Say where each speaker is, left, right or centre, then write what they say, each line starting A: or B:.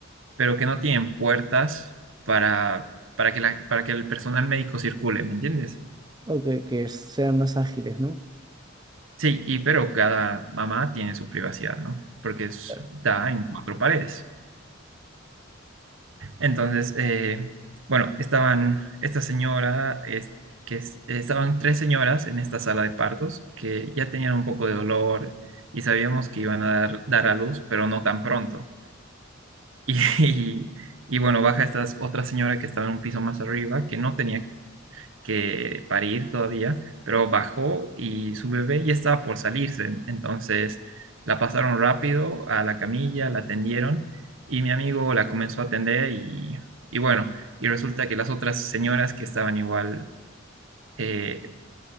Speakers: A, on the right; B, on the right.
A: pero que no tienen puertas para, para que la- para que el personal médico circule, ¿me entiendes?
B: Ok, que sean más ágiles, ¿no?
A: Sí, y pero cada mamá tiene su privacidad, ¿no? Porque es-
B: Claro.
A: da en cuatro paredes. Entonces, eh, bueno, estaban esta señora, es- que es- estaban tres señoras en esta sala de partos que ya tenían un poco de dolor y sabíamos que iban a dar, dar a luz, pero no tan pronto. Y, <laughs> y, y bueno, baja esta otra señora que estaba en un piso más arriba, que no tenía que parir todavía, pero bajó y su bebé ya estaba por salirse. Entonces la pasaron rápido a la camilla, la atendieron y mi amigo la comenzó a atender y, y bueno, y resulta que las otras señoras que estaban igual eh,